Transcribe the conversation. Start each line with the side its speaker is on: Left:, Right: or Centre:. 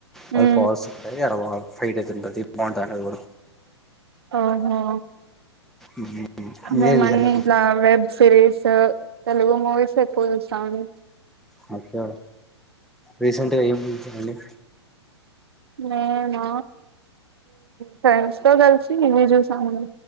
Centre: వాళ్ళు
Right: ఉమ్
Centre: పోవాల్సి ఉంట ఎడాల ఫైట్ అయితుంటుంది బాగుంటా అన్నది కూడా
Right: ఆఓహో
Centre: మ్మ్. మీరే
Right: మేము
Centre: చూసారా
Right: అన్నిీఇట్లా వెబ్ సిరీస్ తెలుగు మూవీస్ ఎక్కువ చూస తను
Centre: మకేడ రీసెంట్గా ఏం చూశారండి
Right: నేను ఫ్రెండ్స్ తో కలిసి ఇవి చూసాము